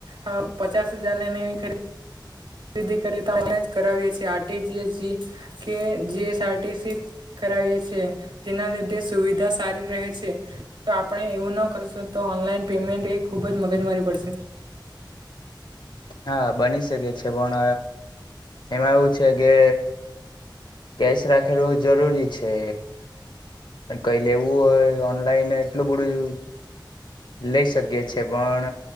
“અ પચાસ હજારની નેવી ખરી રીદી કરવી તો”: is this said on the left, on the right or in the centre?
Right